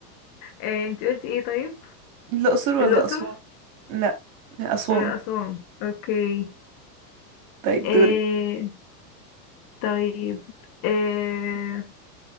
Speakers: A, on the left (about 45°); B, on the right (about 55°).
A: آه، انت قلتي ايه طيب
B: الأقصر ولا
A: الأقصر
B: أسوان لأ أسوان
A: آه، أسوان اوكي
B: طيب دوري
A: آه، طيب آه،